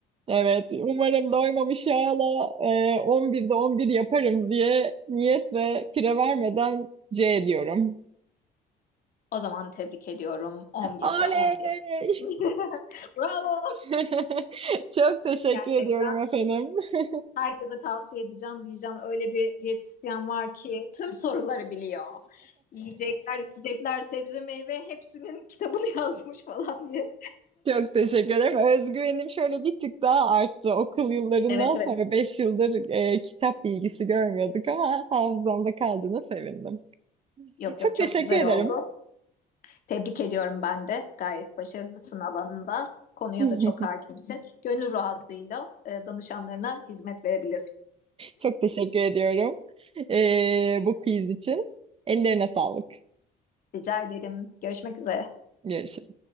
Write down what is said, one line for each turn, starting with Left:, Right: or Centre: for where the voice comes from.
Right: Evet, umarım doymamış yağla e, 11'de 11 yaparım diye niyetle kire vermeden C diyorum.
Left: O zaman tebrik ediyorum. 11'de
Right: Oley!
Left: 11. <laughs> Bravo.
Right: <laughs> Çok teşekkür
Left: Gerçekten
Right: ediyorum efendim. <laughs>
Left: herkese tavsiye edeceğim diyeceğim. Öyle bir diyetisyen var ki tüm soruları biliyor. Yiyecekler, içecekler, sebze, meyve hepsinin kitabını <laughs> yazmış falan diye.
Right: Çok teşekkür ederim. Özgüvenim şöyle bir tık daha arttı. Okul yıllarından
Left: Evet
Right: sonra
Left: evet.
Right: 5 yıldır e, kitap bilgisi görmüyorduk ama hafızamda kaldığına sevindim.
Left: Yok
Right: Çok
Left: yok çok
Right: teşekkür
Left: güzel
Right: ederim.
Left: oldu. Tebrik ediyorum ben de. Gayet başarılısın alanında. Konuya
Right: <laughs>
Left: da çok hakimsin. Gönül rahatlığıyla e, danışanlarına hizmet verebilirsin.
Right: Çok teşekkür ediyorum ee, bu quiz için. Ellerine sağlık.
Left: Rica ederim. Görüşmek üzere.
Right: Görüşürüz.